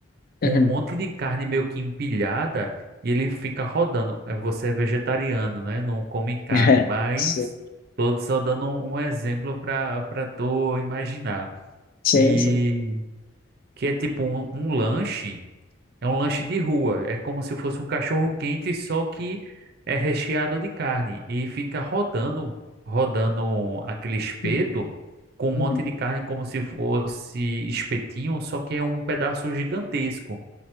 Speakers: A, on the right; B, on the left.
A: com
B: Uhum.
A: um monte de carne meio que empilhada, e ele fica rodando. É, Você é vegetariano, né? Não come carne,
B: <laughs>
A: mas
B: Sim,
A: tô só dando um um exemplo para para tu imaginar,
B: sim.
A: que,
B: sim.
A: que é tipo um um lanche é um lanche de rua. É como se fosse um cachorro quente, só que é recheado de carne. E fica rodando, rodando aquele espeto
B: Uhum.
A: com um
B: Uhum.
A: monte de carne, como se fosse espetinho, só que é um pedaço gigantesco.